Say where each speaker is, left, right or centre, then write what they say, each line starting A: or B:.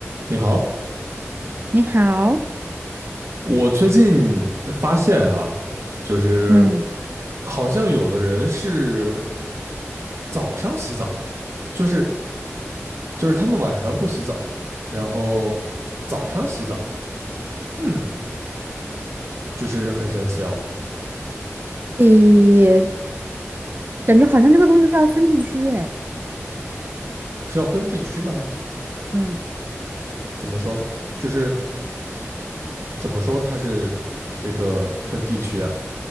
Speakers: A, on the right; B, on the right.
A: 你好，
B: 你好，
A: 我最近发现啊，就是
B: 嗯，
A: 好像有的人是早上洗澡的，就是就是他们晚上不洗澡，然后早上洗澡，嗯，就是很神奇哦。
B: 诶，感觉好像这个东西要分地区诶，
A: 是要分地区吗？
B: 嗯，
A: 怎么说？就是怎么说它是这个分地区啊？